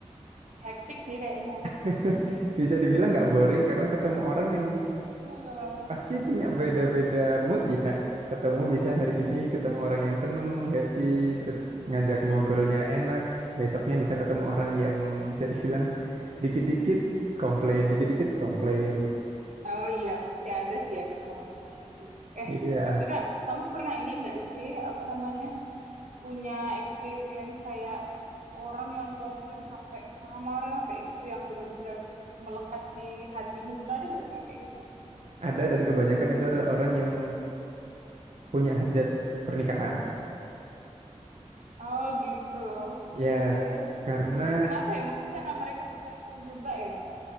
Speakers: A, on the right (about 80°); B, on the right (about 60°).
A: Hektik sih kayaknya.
B: <laughs> bisa dibilang nggak boring karena ketemu orang yang
A: Heeh.
B: Pasti punya beda-beda mood ya. Ketemu bisa hari ini ketemu orang yang seneng, happy, terus ngajak
A: Mm, mm,
B: ngobrolnya
A: mm.
B: enak. Besoknya bisa ketemu orang yang bisa dibilang dikit-dikit komplain, dikit-dikit komplain.
A: Oh iya, pasti ada sih ya ketemu yang kayak itu. Eh,
B: Iya,
A: tapi Kak, kamu pernah ini nggak sih, apa namanya, punya experience kayak orang yang komplain sampai marah-marah kayak gitu, yang benar-benar melekat di hatimu gitu, ada nggak sih yang kayak gitu?
B: ada dan kebanyakan itu adalah orang yang punya hajat pernikahan.
A: Oh gitu, oke.
B: Ya, karena
A: Kenapa ya? Mungkin karena mereka ke pressure juga ya.